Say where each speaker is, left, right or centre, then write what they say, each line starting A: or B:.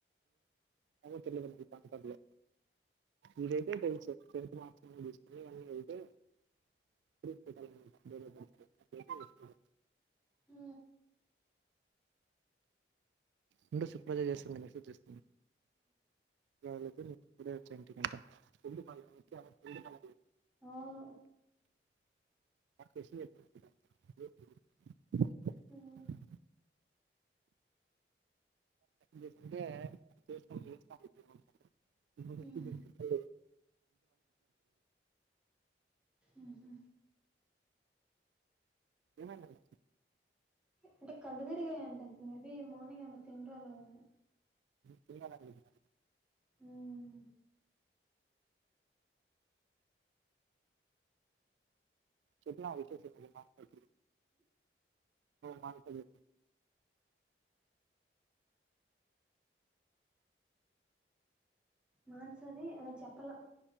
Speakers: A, on the right (about 80°); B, in the centre.
A: ఏమో తెలిదు నాకు పాన్ కార్డు లో ఇదైతే టెన్త్ టెన్త్ మార్కుల లిస్టు తీసుకుని వెళ్తే అయితది పెట్టాలి వేరే దాంట్లో
B: ఆ
A: ఉండు సుప్రజా చేస్తుంది మెసేజ్ చేస్తుంది కాలేజ్ నుండి ఇప్పుడే ఇంటికి వచ్చా అంట
B: అవును
A: <unintelligible>
B: హ్మ్
A: చేయకుంటే <unintelligible>
B: హ్మ్ ఉహూ
A: ఏం అయింది
B: అంటే కళ్ళు తిరిగాయంట మేబి మార్నింగ్ ఏమన్నా తిని రాలేదేమో
A: చేయాలని చెపిన
B: ఉమ్
A: చెప్పినవా <unintelligible> అర్థం కాలేదు
B: మార్చ్ అది ఆ చెప్పలా